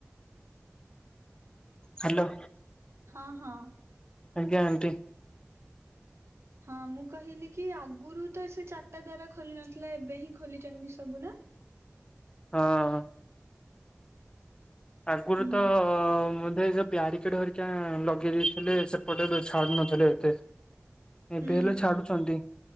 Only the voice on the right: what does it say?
ହଁ-ହଁ।
ହଁ ମୁଁ କହିଲି କି ଆଗୁରୁ ତ ସେ ଚାରିଟା ଦ୍ଵାରା ଖୋଲି ନଥିଲା ଏବେ ହିଁ ଖୋଲିଚନ୍ତି ସବୁ ନା?
ହୁଁ
ହୁଁ